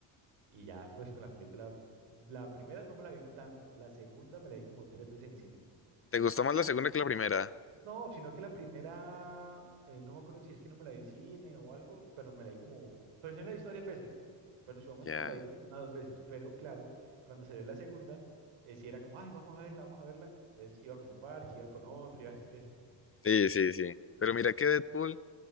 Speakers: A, on the right; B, on the left.
A: Y ya, pues con las películas, la primera no me la vi tanto, la segunda me la vi como tres veces en cine.
B: ¿Te gustó más la segunda que la primera?
A: No, sino que la primera, eh, no me acuerdo si es que no me la vi en cine o algo, pero me la vi como, pero sí me la he visto varias veces, pero en su momento
B: Ya.
A: me la vi como una o dos veces, pero claro, cuando se ve la segunda, eh, sí era como, ay, vamos a verla, vamos a verla, entonces iba con un parche, iba con otro, iba, <laughs> entonces,
B: Sí, sí, sí. Pero mira que Deadpool